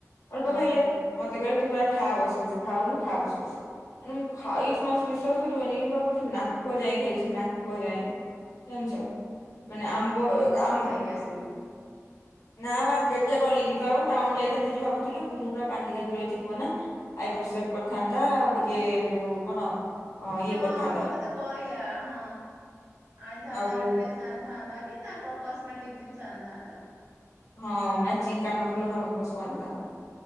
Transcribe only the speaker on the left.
ଅଳ୍ପ
ଖାଇଲେ।
ମତେ କହିଲେ ତୁ ପୁରା ଖାଆ ବସି ବସି ଖାଉନୁ ଖାଆ ବସି ବସି। ମାନେ ମୁଁ ଖାଇଛି ମାଉସି ବିଶ୍ଵାସ କରିବନି ପୁରା ମୁଁ କହୁଛି ନାକ ଯାଏଁ ଖାଇଛି ନାକ ଯାଏଁ। ଜାଣିଚ ମାନେ ଆମ୍ବ ଆମ
ନା ମାର୍କେଟ ଯେ ଗଲିନି ଆଉ ଟାଉନ ଯାଇଥାନ୍ତି ଯେ ଭାବୁଥିଲି କୁନୁ ପୁରା କାନ୍ଦି କାନ୍ଦି ରହିଛି କୁହ ନା ଆଇବ୍ରୋ ସେପ କରିଥାନ୍ତା ଆଉ ଟିକେ ଯୋଉ କଣ ଇଏ? କରିଥାନ୍ତା
ଆଉ
ହଁ ମ୍ୟାଚିଂ କାନଫୁଲ ଫାନ ଫୁଲ ସବୁ ଆଣିଥାନ୍ତା